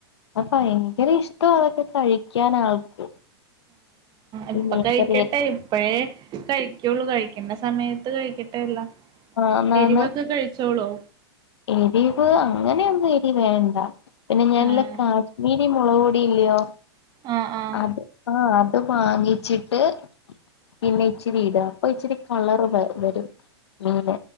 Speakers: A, on the left; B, on the right.
A: അത് ഭയങ്കര ഇഷ്ടവ അതൊക്കെ കഴിക്കാൻ ആൾക്ക്
B: ഇപ്പ
A: ഈ മീൻകറിയൊക്കെ
B: കഴിക്കട്ടെ ഇപ്പഴേ കഴിക്കുള്ളൂ കഴിക്കണ്ട സമയത്ത് കഴിക്കട്ടെ എല്ലാം
A: ആന്നാന്ന്
B: എരിവക്കെ കഴിച്ചോളുവോ
A: എരിവ് അങ്ങനെയൊന്നും എരി വേണ്ടാ പിന്നെ ഞാനില്ല
B: ആഹ്
A: കാശ്മീരി മുളക് പൊടി ഇല്ലയോ
B: ആഹ് ആഹ്
A: അത് ആഹ് അത് വാങ്ങിച്ചിട്ട് പിന്നെ ഇച്ചിരി ഇടും അപ്പൊ ഇച്ചിരി കളർ വ വരും മീന്